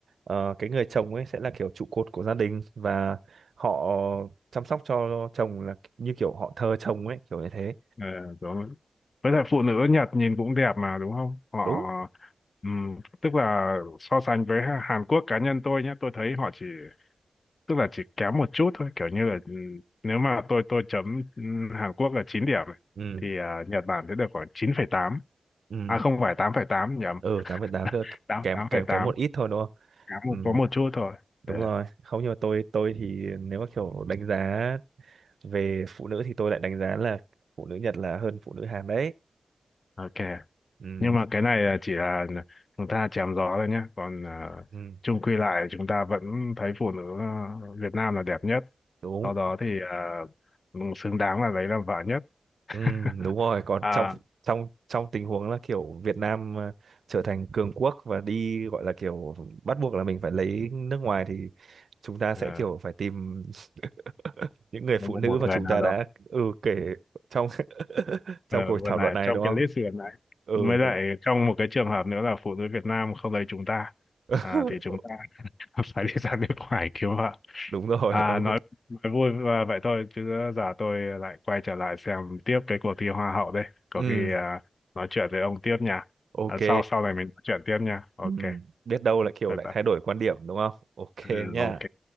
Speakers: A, on the right (about 80°); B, on the left (about 55°).
A: Ờ, cái người chồng ấy sẽ là kiểu trụ cột của gia đình và họ chăm sóc cho chồng là như kiểu họ thờ chồng ấy kiểu như thế
B: Ờ, đúng. rồi. Với lại phụ nữ Nhật nhìn cũng đẹp mà đúng không? Họ
A: đúng
B: ừm, tức là so sánh với Hàn Quốc cá nhân tôi nhé, tôi thấy họ chỉ tức là chỉ kém một chút thôi kiểu như là ừ, nếu mà tôi tôi chấm ừ, Hàn Quốc là 9 điểm này,
A: ừ
B: thì à, Nhật Bản sẽ được khoảng chín phẩy tám
A: ừ
B: à không phải tám phẩy tám nhầm
A: ừ tám phẩy tám giờ
B: tám
A: kém
B: tám
A: kém
B: phẩy
A: kém
B: tám
A: một ít thôi đúng không
B: kém một
A: ừ
B: có một chút thôi
A: đúng
B: Ờ,
A: rồi không nhưng mà tôi tôi thì nếu mà kiểu đánh giá về phụ nữ thì tôi lại đánh giá là phụ nữ Nhật là hơn phụ nữ Hàn đấy
B: ok
A: ừ
B: nhưng mà cái này là chỉ là chúng ta chém gió thôi nhé còn à,
A: ừ
B: chung quy lại chúng ta vẫn thấy phụ nữ à, Việt Nam là đẹp nhất
A: đúng
B: sau đó thì à, xứng đáng là lấy làm vợ nhất <laughs>
A: Ừ, đúng rồi còn
B: à,
A: trong trong trong tình huống là kiểu Việt Nam ờ, trở thành cường quốc và đi gọi là kiểu bắt buộc là mình phải lấy nước ngoài thì chúng ta sẽ
B: à,
A: kiểu phải tìm <laughs> những người
B: một,
A: phụ nữ
B: một
A: mà
B: người
A: chúng
B: nào
A: ta
B: đó
A: đã ừ kể trong <laughs> trong
B: Ờ,
A: cuộc
B: vừa
A: thảo
B: lại
A: luận này
B: trong
A: đúng
B: cái
A: không
B: lễ sửa lại
A: ừ
B: mới lại
A: đúng
B: trong một cái trường hợp nữa là phụ nữ Việt Nam không lấy chúng ta
A: <laughs>
B: à, thì chúng ta <laughs> phải đi ra nước ngoài cứu họ
A: đúng rồi
B: à,
A: ô
B: nói nói vui và vậy thôi chứ giờ tôi lại quay trở lại xem tiếp cái cuộc thi hoa hậu đây có
A: ừ
B: khi à, nói chuyện với ông tiếp nha
A: ok
B: à, sau sau này mình nói chuyện tiếp nha ok
A: ừ. biết đâu lại kiểu
B: bye
A: lại
B: bye
A: thay đổi quan điểm đúng không ok
B: ừ,
A: nhá
B: ok